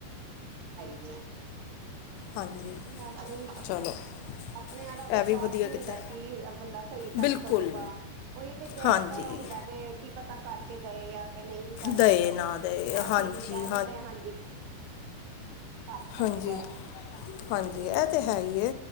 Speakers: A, on the right; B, on the left.
A: ਐ
B: ਹਾਂਜੀ
A: ਆਪਣੇ
B: ਚਲੋ
A: ਆਪਣਿਆਂ ਦਾ ਵਿਸ਼ਵਾਸ
B: ਇਹ ਵਧੀਆ
A: ਵੀ
B: ਕੀਤਾ
A: ਹੁੰਦਾ ਕਿ ਬੰਦਾ ਸਹੀ ਕੰਮ
B: ਬਿਲਕੁਲ
A: ਕਰੂਗਾ ਉਹੀ ਤੇ ਗੈਰ
B: ਹਾਂਜੀ
A: ਤਾਂ ਹੁੰਦਾ ਵੀ ਕੀ ਪਤਾ ਕਰਕੇ ਗਏ ਆ ਕਿ ਨਹੀਂ ਵੀ ਕਰਕੇ
B: ਦਏ
A: ਗਏ
B: ਨਾ ਦਏ
A: ਉਹ ਅਸੀਂ
B: ਹਾਂਜੀ
A: ਕਹਿ ਦਿੰਦੇ ਆ ਹਾਂਜੀ ਤੁਹਾਡਾ
B: ਹਾਂਜੀ ਹਾਂਜੀ
A: ਉਹ
B: ਇਹ
A: ਫੇਰ
B: ਤੇ ਹੈ ਹੀ